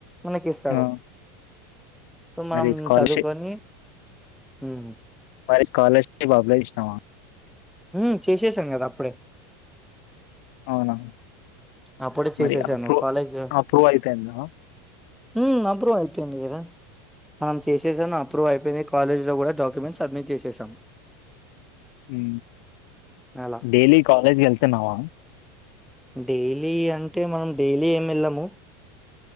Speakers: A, in the centre; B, on the left.
A: మనకి ఇస్తారు
B: ఆ,
A: సో మనం
B: మరి స్కాలర్షిప్
A: చదువుకొని హ్మ్
B: మరి స్కాలర్షిప్ అప్లై చేసినావా
A: మ్మ్ చేసేసాం కదా అప్పుడే
B: అవునా
A: అప్పుడే చేసేసాను
B: మరి అప్రూవ్
A: కాలేజ్
B: అప్రూవ్ అయిపోయిందా
A: ఉ అప్రూవ్ అయిపోయింది కదా మనం చేసేశాను అప్రూవ్ అయిపోయింది కాలేజీలో కూడా డాక్యుమెంట్ సబ్మిట్ చేసేసాం
B: ఉ
A: అలా
B: డైలీ కాలేజ్ కి వెల్తున్నావా
A: డైలీ అంటే మనం డైలీ ఏం వెళ్ళము